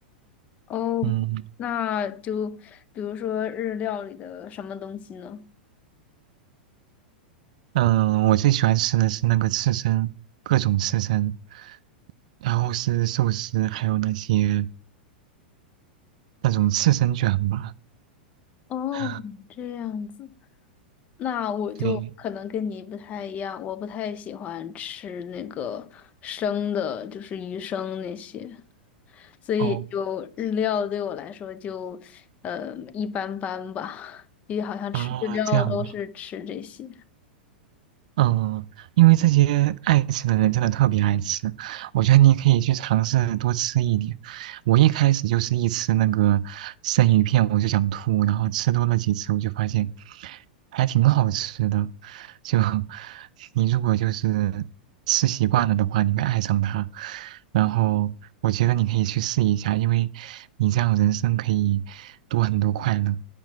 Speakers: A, on the left; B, on the right.
A: 哦那就比如说日料里的什么东西呢？
B: 嗯嗯，我最喜欢吃的是那个刺身，各种刺身，然后是寿司，还有那些那种刺身卷吧。
A: 哦，
B: <laughs>
A: 这样子。那我就可能跟你不太一样，
B: 对，
A: 我不太喜欢吃那个生的，就是鱼生那些，所以就日料对我来说就呃一般般吧，
B: 哦
A: 因为好像吃日料都是吃这些。
B: 啊，这样啊。嗯，因为这些爱吃的人真的特别爱吃，我觉得你可以去尝试多吃一点。我一开始就是一吃那个生鱼片我就想吐，然后吃多了几次我就发现还挺好吃的。就 <laughs> 你如果就是吃习惯了的话，你会爱上它。然后我觉得你可以去试一下，因为你这样人生可以多很多快乐。